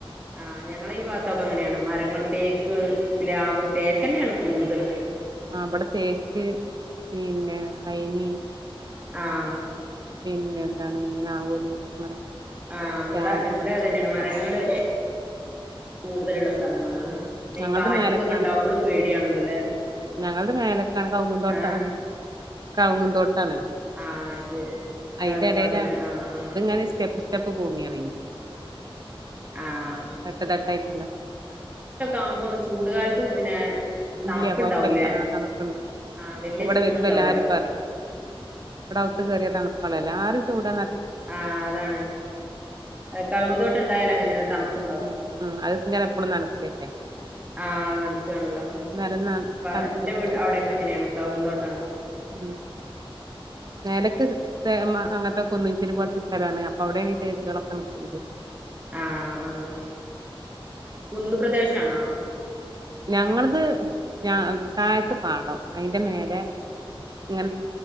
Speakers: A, on the right (about 15°); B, on the right (about 45°).
A: ആഹ് ഞങ്ങള ഈ ഭാഗത്തൊക്കെ എങ്ങനെയാണ് മരങ്ങൾ തേക്ക് പി ലാവ് തേക്ക് തന്നെയാണ് കൂടുതൽ
B: ആ അവിടെ തേക്ക് പിന്നെ കൈനി
A: ആഹ
B: എല്ല എന്താണ് രാവുല് അങ്ങനൊക്കെ
A: ആഹ
B: പ്ലാവും
A: ഇവിടെ ഇവിടെ
B: മൂച്ചിയും
A: തന്നെയാണ് മരങ്ങള്
B: അതൊക്കെ തന്നെ
A: കൂടുതലുള്ള സ്ഥലങ്ങളാണ് പിന്നെ
B: ഞങ്ങളുടെ
A: ഈ കാറ്റും
B: മേലക്കാണ്
A: ഇതൊക്കെ ഉണ്ടാവുമ്പോഴും പേടിയാണല്ലോല്ലേ
B: ഞങ്ങളുടെ മേലക്കാണ് കൗങ്ങന്തോട്ടാണ്
A: ആഹ്
B: കൗങ്ങുംന്തോട്ടാണ്
A: ആഹ് ശരി
B: അതിന്റെ
A: കഴുകുന്തോട്ടല്ലേ
B: ഇടയില
A: ആഹ് ആഹ്
B: ഇത്ങ്ങനെ ഇഷ്ട പ്പ പോങ്ങിയണന്
A: ആഹ്
B: തട്ട തട്ടായിട്ടണ്ട
A: ആകുമ്പോം ചൂട കാലത്തും പിന്നെ തണുപ്പുണ്ടാവൂലേ
B: ഇല്ല കൊഴപ്പില്ല ആ തണുപ്പുണ്ട്
A: ആഹ് വല്യ
B: ഇവിടെ
A: ചൂടുണ്ടാവൂല
B: വരുമ്പോ എല്ലാരും പറയും ഇവിടെ അത്ത് കേയറിയ തണുപ്പാല്ല എല്ലാരും ചൂട
A: ആഹ അതാണ് കഴുന്തോട്ട ഇണ്ടായാല അങ്ങനെയാണ് തണുപ്പുണ്ടാവും
B: ഉം ഉം അത് ഇങ്ങനെ എപ്പളും നനക്കല്ലേ
A: ആ തണുക്കയാണല്ലോ
B: നെലം നന തണുത്തെടുക്കല്ലേ
A: എന്റെീട് അവിടെൊക്കെ എങ്ങനെയാണ് കൗന്തോട്ടാണ്
B: ഉം നലക്ക് ത അങ്ങനത്തെ കുന്നിചേരി പോലത്തെ സ്ഥലമാണ് അപ്പൊ അവിടെയാണ് ഈ തേച്ചുകളൊക്കെ നിൽക്കുന്നത്
A: ആഹ ആഹ കന്ന് പ്രദേശണാ
B: ഞങ്ങളത് ഞാ താഴത്ത് പാടോ അതിന്റെ മേലെ
A: ഉം
B: ഇങ്ങനെ